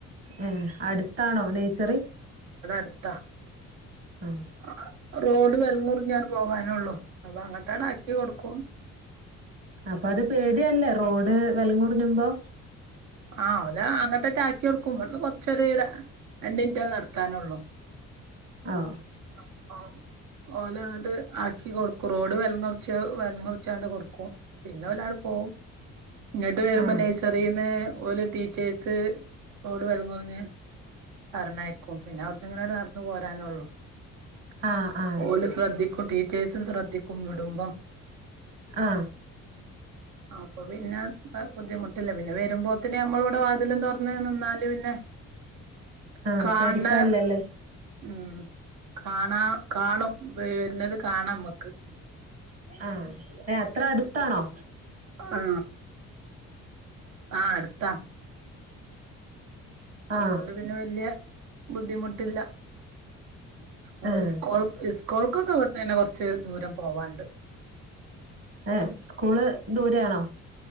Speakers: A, on the right (about 50°); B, on the right (about 85°).
A: ഏഹ് അടുത്താണോ നഴ്സറി?
B: ത്താ
A: ആ
B: ആഹ് റോഡ് വലന്നുറിഞ്ഞാണ് പോവാനുള്ളൂ അപ്പോ അങ്ങ ട്ടടാക്കി കൊടുക്കും.
A: അപ്പോ അത് പേടിയല്ലേ റോഡ് വേലങ്ങുറിഞ്ഞുമ്പോ?
B: ആഹ് ഓല് അങ്ങട്ടേക്ക് ആക്കികൊടുക്കും ഇവുടുന്ന് കൊറച്ചൊര് രണ്ടിനിറ്റാ നടക്കാനുള്ളൂ.
A: ആഹ്
B: ആ ഓമ് ഓന ട്ട് ആക്കി കൊടുക്കും. റോഡ് വെല്ങ്ങുറ്ച്ച് വെല്ങ്ങുറ്ച്ചാണ്ട് കൊടുക്കും പിന്നെ ഓലാട് പോവും ഇങ്ങട്ട് വരുമ്പോ
A: ആ
B: നഴ്സറീന്ന് ഓല് ടീച്ചേഴ്സ് റോഡ് വെല്ങ്ങുറ്ഞ്ഞ് പറ്ഞ്ഞയക്കും പിന്നെ അവിട്ന്നങ്ങെനാട് നടന്ന് പോരാനുള്ളു
A: ആ ആ
B: ഓല് ശ്രദ്ധിക്കും ടീ ച്ചേഴ്സ് ശ്രദ്ധിക്കും വിടുമ്പം
A: ആ
B: അപ്പൊ പിന്നെ ഏ ബുദ്ധിമുട്ടില്ല പിന്നെ വരുമ്പോത്തിന് നമ്മൾ ഇവിടെ വാതിലും തൊറ്ന്ന് നിന്നാല് പിന്നെ
A: ആ
B: കാണ്
A: പേടിക്കാല്ലല്ലൊ
B: ഉം ക്കാണാ വര്ന്നത് കാണാമ്മ
A: ആ <unintelligible> ത്ര അടുത്താണോ
B: ആ ആ അടുത്താ അതോണ്ട്
A: ആ
B: പിന്നെ വല്ല്യ ബുദ്ധിമുട്ടില്ല ഓ
A: ആ
B: സ്കൂള് സ് കൂള്ക്കൊക്കെ ഇവിടുന്നന്നെ കൊറ്ച്ച് ദൂരം പോവാണ്ട്
A: ഏ സ്കൂള് ദൂരയാണോ